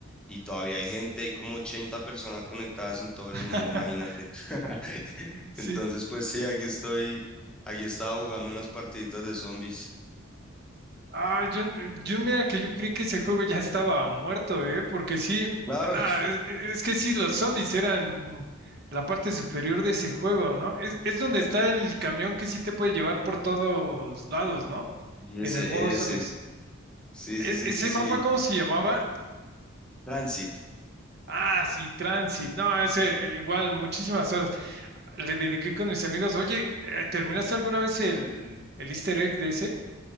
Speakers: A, in the centre; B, on the right (about 50°).
A: y todavía hay gente, hay como 80 personas conectadas en todo el
B: <laughs>
A: mundo, imagínate. <laughs>
B: Sí.
A: Entonces pues sí, aquí estoy, aquí estaba jugando unas partiditas de Zombies.
B: Ah, yo, yo mira que yo creí que ese juego ya estaba muerto, ¿eh? Porque sí,
A: Claro.
B: nah, es, es que sí, los zombies eran la parte superior de ese juego, ¿no? Es, es donde está el camión que sí te puede llevar por todos lados, ¿no?
A: Y Ese,
B: En el modo
A: ese.
B: zombies.
A: Sí,
B: Es-
A: sí, sí,
B: ese
A: sí, sí.
B: mapa, ¿cómo se llamaba?
A: Transit.
B: Ah, sí, Transit. No, ese eh, igual, muchísimas horas. le dediqué con mis amigos, oye, eh, ¿terminaste alguna vez el, el easter egg de ese?